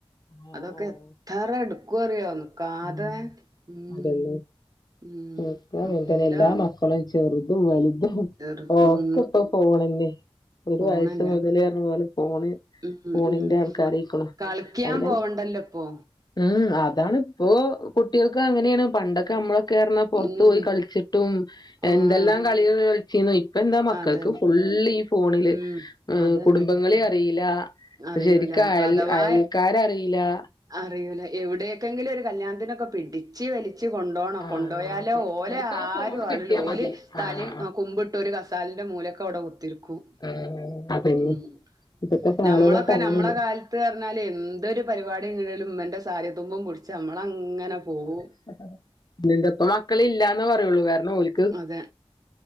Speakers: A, on the left (about 45°); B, on the right (about 40°).
A: ആഹ്
B: അതൊക്കെ
A: ആഹ്
B: എത്തറ എടുക്കു അറിയോ നിക്കാതെ
A: ഉം
B: ഉം.
A: അതന്നെ
B: ഉം
A: ഒക്കെ അങ്ങന്
B: നല്ല
A: തന്നെ എല്ലാ മക്കളും ചെർതും വല്തും.
B: ചെറുത്
A: ഓക്ക്‌
B: ഉം
A: ഇപ്പൊ ഫോണന്നെ ഒരു
B: ഫോണന്നെ
A: വയസ്സ് മുതല് പർണ്ണ പോലെ ഫോണ്.
B: ഉം
A: ഫോണിന്റെ
B: ഉം
A: ആൾക്കാരയ്ക്ക്ണു
B: കളിക്കാൻ
A: അയ്ലൻ
B: പോവണ്ടല്ലോ ഇപ്പൊ
A: ഉം അതാണ്. ഇപ്പോ കുട്ടികൾക്ക് അങ്ങനേണ് പണ്ടൊക്കെ ഞമ്മള്. ക്കേർണ്ണ പൊർത്ത്
B: ഉം
A: പോയി കളിച്ചിട്ടും
B: ഉം
A: എന്തെല്ലാം കളികൾ കളിച്ചീന്നു ഇപ്പെന്താ മക്കൾക്ക്
B: അതെ
A: ഫുൾ ള്ള് ഈ ഫോണില്
B: ഉം അതന്നെ
A: കുടുംബങ്ങളെ അറീലാ.
B: അറിയൂല
A: ശരിക്ക് അയൽ
B: അഥവാ
A: അയൽക്കാരറീലാ.
B: അറിയൂല എവിടേക്കെങ്കിലും ഒരു കല്യാണത്തിനൊക്കെ പിടിച്ച് വലി ച്ച് കൊണ്ടോണം
A: ആഹ്
B: കൊണ്ടോയാലോ
A: അതെ
B: ഓലെ
A: ഓൽക്കാ ഫോണ്
B: ആരുആണ്
A: കിട്ടിയാ
B: ലോല്
A: മതി
B: തലിം
A: ആഹ്
B: കുമ്പിട്ട് ഒരു കസെ സാലന്റെ മൂലെക്കവ്ടെ കുത്തിരിക്കും.
A: ഉം അതന്നെ
B: ഉം
A: ഇപ്പത്തെ കാലഘട്ടം
B: നമ്മളൊക്കെ
A: അങ്ങനെയാണ്
B: നമ്മളെ കാല ത്ത് പറഞ്ഞാല് എന്തൊരു പരിപാടിണ്ടേലും ഇമ്മന്റെ സാരിത്തുമ്പും പുടിച്ച് അമ്മളങ്ങനെ പോവും.
A: <unintelligible> ഇതിന്റെപ്പൊ മക്കള് ഇല്ലാന്ന് പറയൊള്ളൂ കാരണം ഓല്
B: അതെ,